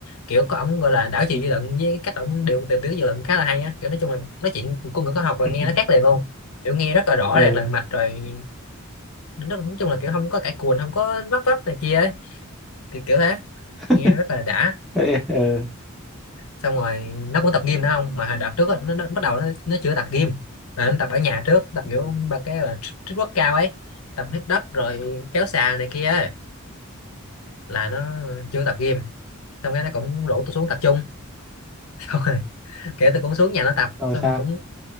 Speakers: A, on the left; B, in the centre.
A: kiểu có ông gọi là đảo chiều
B: Ừ.
A: dư luận với cái cách ông điều điều tiết dư luận khá là hay á kiểu nói chung là nói chuyện của người có học là
B: <laughs>
A: nghe nó khác liền luôn kiểu nghe rất là rõ
B: ờ
A: ràng lần mạch rồi nó nói chung là kiểu không có cãi cùn không có vấp vấp này kia ấy kiểu kiểu thế
B: <laughs>
A: nghe rất là đã
B: Ê, ờ
A: xong rồi nó cũng tập gym nữa không mà hồi đợt trước á, nó, nó bắt đầu nó, nó chưa tập gym mà nó tập ở nhà trước tập
B: Ừ.
A: kiểu ba cái là tr- trích quất cao ấy tập hít đất rồi kéo xà này kia ấy. là nó chưa tập gym xong cái nó cũng rủ tôi xuống tập chung <laughs> xong rồi kiểu tôi cũng xuống nhà nó tập
B: xong rồi
A: xong
B: sao
A: rồi cũng